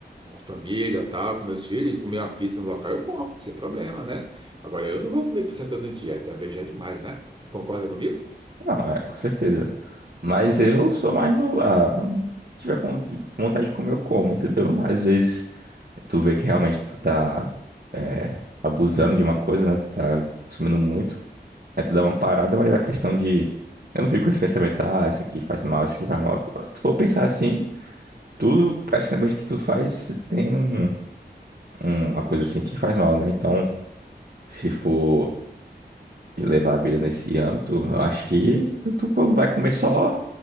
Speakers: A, on the right; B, on the right.
A: família, tal, com meus filhos, comer uma pizza no local, eu como, sem problema, né? Agora, eu não vou comer pizza todo dia, então veja é demais, né? Concorda comigo?
B: Não, é, com certeza. Mas eu sou mais do. Ah, se tiver com vontade de comer, eu como, entendeu? Às vezes tu vê que realmente tu tá é, abusando de uma coisa, né? Tu tá consumindo muito. Aí tu dá uma parada, mas a questão de. Eu não fico com esse pensamento, ah, isso aqui faz mal, isso aqui faz mal. Pô, se tu for pensar assim, tudo praticamente que tu faz tem um, um- uma coisa
A: Isso.
B: assim que faz mal, né? Então, se for levar a vida nesse âmbito, eu acho que tu tu vai comer só